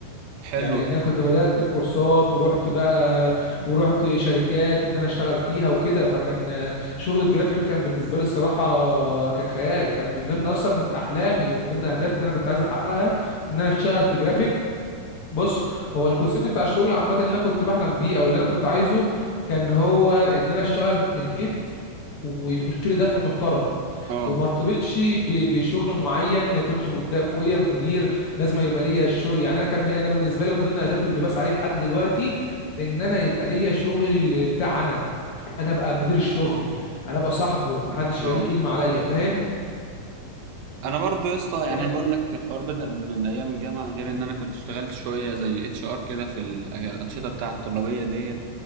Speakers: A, on the right (about 90°); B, on the left (about 85°).
A: حلو
B: يعني ان
A: ده
B: انا كنت بدات في كورسات ورحت بقى ورحت شركات ان انا اشتغل فيها وكده فكان آه، شغل الجرافيك كان بالنسبه لي الصراحه آه، كان خيال كان من ضمن اصلا احلامي ومن ضمن اهدافي ان انا كنت عايز احققها ان انا اشتغل في جرافيك بص هو الكونسيبت بتاع الشغل عامه اللي انا كنت بحلم بيه او اللي انا كنت عايزه كان هو ان انا اشتغل من البيت ويخش لي دخل محترم
A: اه
B: وما ارتبطش ب- بشغل معين ما يكونش قدام فوقيه مدير لازم يبقى ليا شغل يعني انا كان ب- انا بالنسبه لي من ضمن اهدافي اللي بسعى عليه لحد دلوقتي ان انا يبقى ليا شغل بتاع انا انا ابقى مدير الشغل انا ابقى صاحبه ما حدش يبقى
A: اه
B: ليه كلمه عليا فاهم
A: انا برضو يا اسطى يعني
B: يعني
A: انا بقول لك الحوار بدأ من ايام الجامعه غير ان انا كنت اشتغلت شويه زي اتش ار كده في ال- الانشطه بتاعه الطلابيه دي